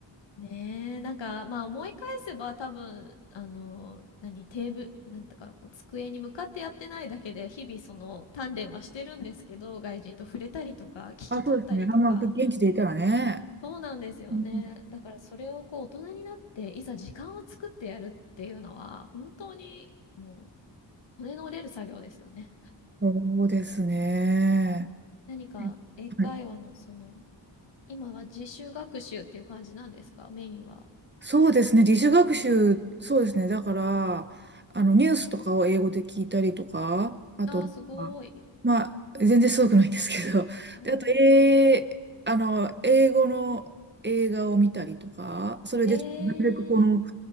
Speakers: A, on the left; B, on the right.
A: ねえ、なんか、まあ思い返せば多分、あの、何、テーブル、なんとかこう、机に向かってやってないだけで、日々その鍛錬はしてるんですけど、外人と触れたりとか、聞き取ったりとか、
B: あ、そうですね。あ、まあ、現地でいたらね。
A: そうなんですよね。
B: うん
A: だからそれをこう、大人になって、いざ時間を作ってやるっていうのは、本当にもう、骨の折れる作業ですよね。
B: そうですね。
A: 何か、
B: はいはい
A: 英会話のその、今は自主学習っていう感じなんですか、メインは。
B: そうですね。自主学習、そうですね。だから、あの、ニュースとかを英語で聞いたりとか、
A: ああ、すごい。
B: まあまあ、全然すごくないんですけど。
A: うん。
B: で、あと、えーあの、英語の映画を見たりとか、それでなるべくこの
A: ええ